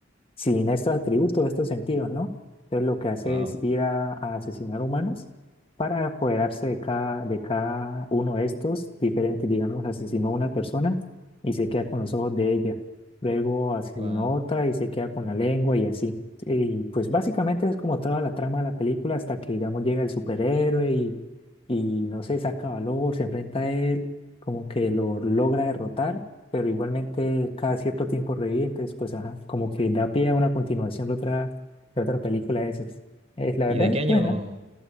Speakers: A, on the left (about 30°); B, on the right (about 30°).
A: sin estos atributos, estos sentidos, ¿no? Entonces lo que hace
B: Wow,
A: es ir a, a asesinar humanos para apoderarse de cada, de cada uno de estos diferentes, digamos, asesinó a una persona y se queda con los ojos de ella, luego asesinó
B: wow.
A: a otra y se queda con la lengua y así. Y pues básicamente es como toda la trama de la película hasta que, digamos, llega el superhéroe y, y no sé, saca valor, se enfrenta a él, como que lo logra derrotar pero igualmente cada cierto tiempo revive, entonces pues ajá, como que da pie a una continuación de otra, de otra película de esas. Es, la verdad
B: ¿Y de
A: es
B: qué año,
A: buena.